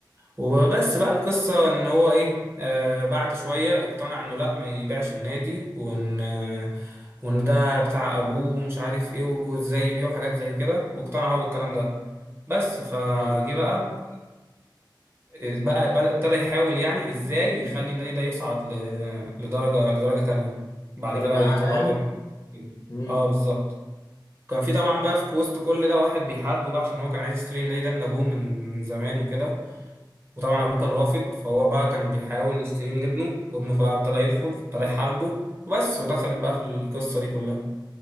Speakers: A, on the right; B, on the left.
A: وبس بقى القصه ان هو ايه آه بعد شويه اقتنع انه لا ما يبيعش النادي وان آه وان ده بتاع ابوه ومش عارف ايه وازاي يبيعه حاجات زي كده واقتنع هو بالكلام ده بس فجه
B: حلو
A: بقى بقى بقى ابتدى يحاول يعني ازاي يخلي النادي ده يصعد ل... لدرجه لدرجه تانية بعد
B: درجة
A: كده بقى
B: اعلى
A: يطلعوا
B: يعني
A: دوري الابطال.
B: امم
A: اه بالظبط كان في طبعا بقى في وسط كل ده واحد بيحاربه بقى عشان هو كان عايز يشتري النادي ده من ابوه من من زمان وكده وطبعا ابوه كان رافض فهو بقى كان بيحاول يشتريه من ابنه وابنه بقى ابتدى يرفض فابتدى يحاربه وبس ودخلت بقى في القصه دي كلها